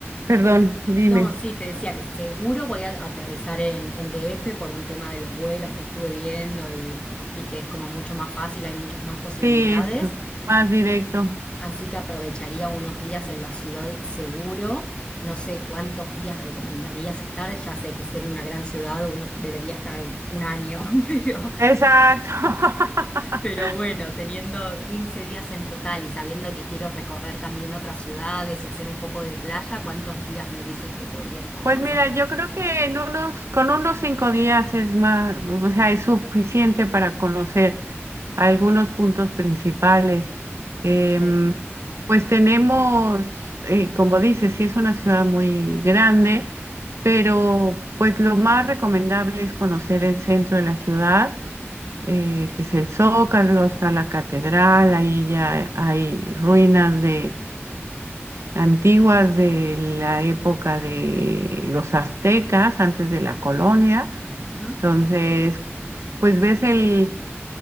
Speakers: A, on the right; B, on the left.
A: perdón, dime.
B: No, sí, te decía que seguro voy a aterrizar en, en DF por un tema de los vuelos que estuve viendo y, y que es como mucho más fácil, hay muchas más posibilidades.
A: Sí, es más directo.
B: Así que aprovecharía unos días en la ciudad seguro. No sé cuántos días recomendarías estar. Ya sé que siendo una gran ciudad uno debería estar un año, <laughs> pero,
A: Exacto. <laughs>
B: pero bueno, teniendo 15 días en total y sabiendo que quiero recorrer también otras ciudades y hacer un poco de playa, ¿cuántos días me dices que podría estar
A: Pues
B: más
A: mira,
B: o menos?
A: yo creo que en unos, con unos cinco días es más, o sea, es suficiente para conocer algunos puntos principales. Em,
B: Perfecto.
A: pues tenemos, eh, como dices, sí es una ciudad muy grande, pero pues lo más recomendable es conocer el centro de la ciudad, eh, que es el Zócalo, está la catedral, ahí ya hay ruinas de antiguas de la época de los aztecas, antes de la colonia.
B: Ajá.
A: Entonces, pues ves el